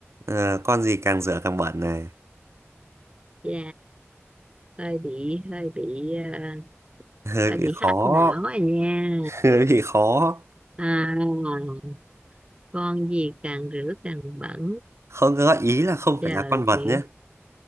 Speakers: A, on the right; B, on the right.
A: Ờ, con gì càng rửa càng bẩn này
B: dạ hơi bị hơi bị ờ,
A: <laughs> hơi
B: hơi
A: bị
B: bị
A: khó
B: hắc não à nha
A: <laughs> hơi bị khó
B: à con gì càng rửa càng bẩn
A: không gợi ý là không
B: chờ
A: phải là con vật
B: chị
A: nhé